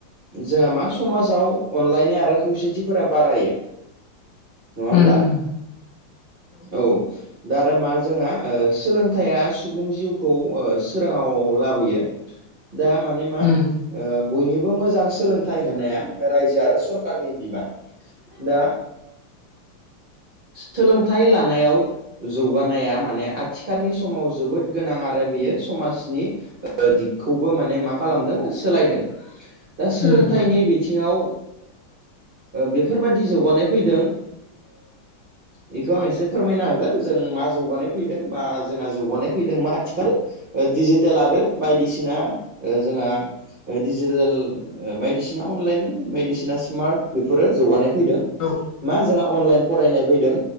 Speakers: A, on the right; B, on the left.
A: जोंहा मा समाजाव अनलायनाय आरो खौसेथिफोरा बारायो।
B: <inaudible>
A: नङा होमब्ला
B: उम
A: औ दा आरो मा जोंहा सोलोंथाइया सुबुं जिउखौ सोराङाव लाबोयो दा माने मा
B: उम
A: बयनिबो मोजां सोलोंथाइ होनाया रायजो आरो सर कारनि बिबान दा सोलोंथाइ लानायाव जौगानाया माने आथिखालनि समाव जोबोद गोनां आरो बेयो समाजनि दिगखौबो माने मा खालामदों सोलायदों दा सोलोंथाइनि
B: उम
A: बिथिङाव बेफोरबायाददि जौगानाय फैदों बेखौ आं एसे फोरमायना होगोन जों मा जौगानाय फैदों बा जोंहा जौगानाय फैदों मा आथिखाल डिजिटेल आरो बायदिसिना जोंहा डिजिटेल बायदिसिना अनलाइन बायदिसिना स्मार्ट बेफोरो जौगानाय
B: औ
A: मा जोंहा अनलाइन फरायनाय फैदों